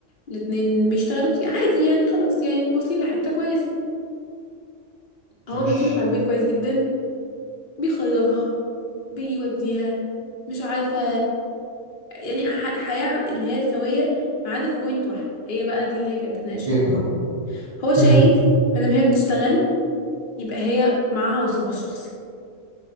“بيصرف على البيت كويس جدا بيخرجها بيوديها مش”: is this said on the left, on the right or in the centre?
Left